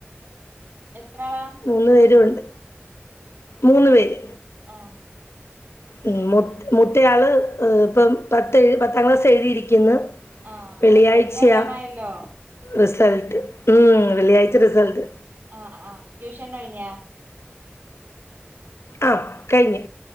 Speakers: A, on the right; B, on the left.
A: എത്ര ആളാ
B: മൂന്ന് പേരും ഉണ്ട്. മൂന്ന്
A: ഓ
B: പേര്
A: ആ
B: ഉം മൂത് മൂത്തയാള് ഇ ഇപ്പം പത്ത് പത്താം ക്ലാസ് എഴുതിയിരിക്കുന്നു
A: ആഹ്
B: വെള്ളിയാഴ്ചയാ
A: റിസൾട്ട് അറിയാനായല്ലോ
B: റിസൾട്ട് ഉം വെള്ളിയാഴ്ച റിസൾട്ട്
A: ആഹ് ആഹ് ട്യൂഷൻ ഉണ്ടായിനിയോ
B: ആ കഴിഞ്ഞ്